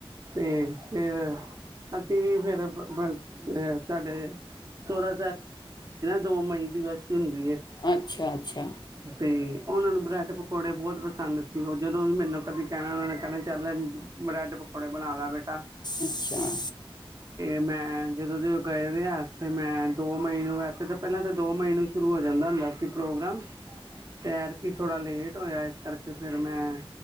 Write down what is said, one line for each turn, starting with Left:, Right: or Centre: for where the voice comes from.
Right: ਤੇ ਤੇ ਅਸੀਂ ਵੀ ਫੇਿਰ ਸਾਡੇ ਸੋਰਾ ਦੋ ਮਈ ਦੀ ਬਸ ਹੁੰਦੀ ਹੈ
Left: ਅੱਛਾ ਅੱਛਾ
Right: ਤੇ ਉਹਨਾਂ ਨੂੰ ਬਰੈਡ ਪਕੌੜੇ ਬਹੁਤ ਪਸੰਦ ਸੀ ਉਹ ਜਦੋਂ ਵੀ ਮੈਨੂੰ ਕਦੀ ਕਹਿਣਾ ਉਹਨਾਂ ਨੇ ਚੱਲ ਬਰੈਡ ਆਪੜ ਬਣਾ ਆਲਾਦਾ ਬਟਾ
Left: ਅੱਛਾ
Right: ਮੈਂ ਜਦੋਂ ਦੇ ਉਹ ਗਏ ਰ ਆਸ ਤੇ ਮੈਂ ਦੋ ਮਹੀਨ ਨੂੰ ਵੈਸੇ ਤਾਂ ਪਹਿਲਾਂ ਤਾਂ ਦੋ ਮਹੀਨ ਨੂੰ ਸ਼ੁਰੂ ਹੋ ਜਾਂਦਾ ਹੁੰਦਾ ਸੀ ਪ੍ਰੋਗਰਾਮ ਤਿਆਰ ਕੀਤਾ ਥੋੜ੍ਹਾ ਲੇਟ ਹੋਇਆ ਇਸ ਕਰਕੇ ਫਿਰ ਮੈਂ